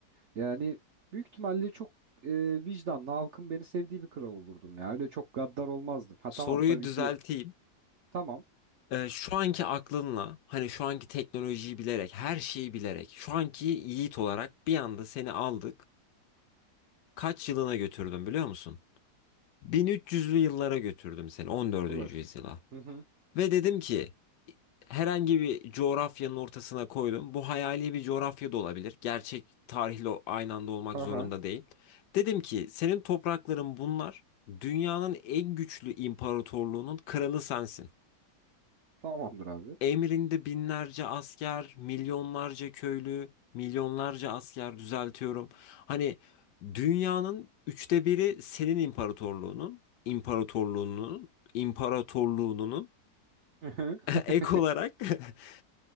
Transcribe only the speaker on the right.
Yani büyük ihtimalle çok e, vicdanlı halkın beni sevdiği bir kral olurdum ya. Öyle çok gaddar olmazdım. Ha
tamam tabii
ki tamam.
Öf.
Hı hı.
Ha
ha.
Tamamdır abi.
Hı hı.
<laughs>